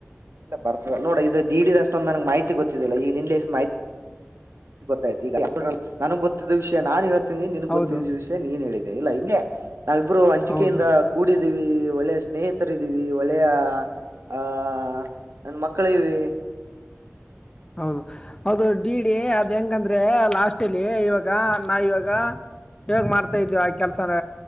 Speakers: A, on the right; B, on the left.
A: ಇಲ್ಲ ಬರ್ತಲ್ಲ ನೋಡ ಇದು ಡಿಡಿ ಅಷ್ಟೊಂದ್ ನಂಗೆ ಮಾಹಿತಿ ಗೊತ್ತಿದಿಲ್ಲ ಈಗ ನಿನ್ ಎಷ್ಟು ಮಾಹಿತಿ ಗೊತ್ತಾಯ್ತ ಈಗ ನನ್ಗ್ ಗೊತ್ತಿದ್ದ ವಿಷಯ ನಾನ್ ಹೇಳ್ತೀನಿ ನಿನ್ಗ್
B: ಹೌದು
A: ಗೊತ್ತಿದ್ದ ವಿಷಯ ನೀನ್ ಹೇಳಿ ಇಲ್ಲ ಹಿಂಗೆ ನಾವಿಬ್ರು ಹಂಚಿಕೆಯಿಂದ
B: ಹೌದು
A: ಕೂಡಿದೀವಿ ಒಳ್ಳೆಯ ಸ್ನೇಹಿತರ ಇದೀವಿ ಒಳ್ಳೆಯ ಆಹ ನನ್ ಮಕ್ಕಳ ಇದವಿ
B: ಹೌದು ಅದು ಡಿ ಡಿ ಅದ ಹೆಂಗಂದ್ರೆ ಲಾಸ್ಟ್ಲ್ ಇವಾಗ ನಾ ಇವಾಗ ಹೇಗ ಮಾಡ್ತಾ ಇದ್ವಿ ಆ ಕೆಲ್ಸನ